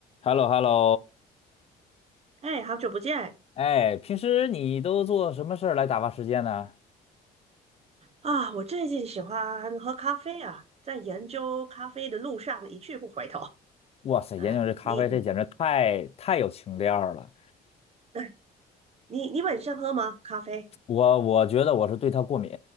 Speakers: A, on the left; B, on the right.
A: h e l l o h e l l o
B: 哎，好久不见
A: 哎，平时你都做什么事儿来打发时间呢？
B: 啊！我最近喜欢喝咖啡啊，在研究咖啡的路上一去不回头。
A: 哇塞，
B: 哎，
A: 研究这咖啡，
B: 你你
A: 这简直太太有情调儿了。
B: 哎你你本身喝吗？咖啡
A: 我我觉得我是对它过敏，